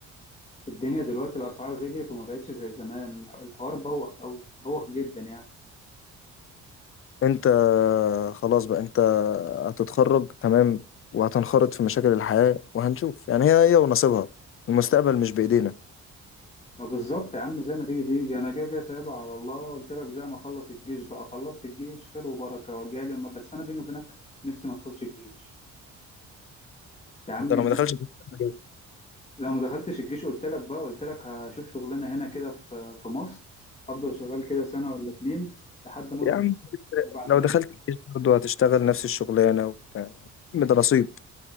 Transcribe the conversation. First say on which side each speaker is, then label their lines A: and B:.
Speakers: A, on the left; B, on the left.
A: الدنيا دلوقتي الأسعار غليت وما بقتش زي زمان الح- الحوار بوخ أوي بوخ جدا يعني
B: انت خلاص بقى انت هتتخرج تمام وهتنخرط في مشاكل الحياة وهنشوف يعني هي هي ونصيبها المستقبل مش بإيدينا
A: ما بالظبط يا عم زي ما تيجي تيجي أنا كده كده سايبها على الله قلت لك زي ما أخلص الجيش بقى خلصت الجيش خير وبركة جالي أما- بس أنا بيني وبينك نفسي ما أدخلش الجيش يا عم
B: انت لو
A: الناس
B: ما دخلتش الجيش-
A: لو ما دخلتش الجيش قلت لك بقى قلت لك هشوف شغلانة هنا كده في في مصر أفضل شغال كده سنة ولا اتنين لحد ما أظبط
B: يا عم
A: حالي. وبعدين
B: لو دخلت الجيش برضه هتشتغل نفس الشغلانة وبتاع يا عم ده نصيب